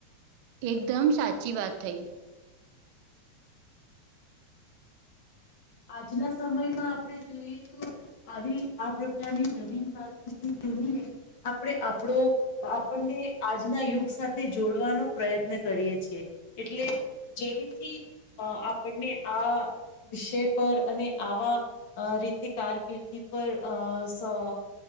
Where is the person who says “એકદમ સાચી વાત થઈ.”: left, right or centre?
Right